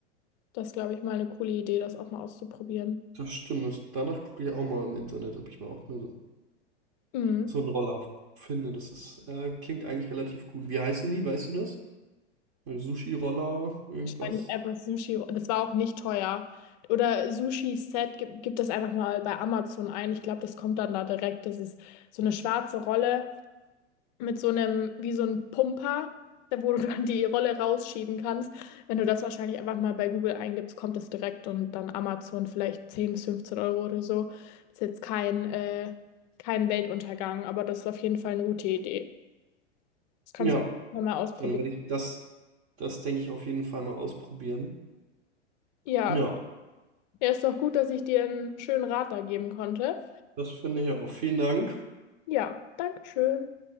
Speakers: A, on the left (about 40°); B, on the right (about 40°).
A: das glaube ich mal eine coole Idee, das auch mal auszuprobieren.
B: das stimmt. Das, danach gucke ich auch mal im Internet, ob ich mal auch mal so
A: Mhm.
B: so einen Roller finde. Das ist, äh, klingt eigentlich relativ gut. Wie heißen die? Weißt du das? Äh, Sushi-Roller, irgendwas.
A: Wahrscheinlich einfach Sushi. Das war auch nicht teuer. Oder Sushi-Set, gib, gib das einfach mal bei Amazon ein. Ich glaube, das kommt dann da direkt. Das ist so eine schwarze Rolle mit so einem, wie so ein Pumper, da wo du <laughs> dann die Rolle rausschieben kannst. Wenn du das wahrscheinlich einfach mal bei Google eingibst, kommt das direkt und dann Amazon vielleicht 10 bis 15 Euro oder so. ist jetzt kein, äh, kein Weltuntergang, aber das ist auf jeden Fall eine gute Idee. Das kannst
B: Ja,
A: du auch mal ausprobieren.
B: dann werde ich das, das denke ich auf jeden Fall mal ausprobieren.
A: Ja,
B: Ja,
A: Ja, ist doch gut, dass ich dir einen schönen Rat da geben konnte.
B: das finde ich auch. Vielen Dank.
A: Ja, Dankeschön.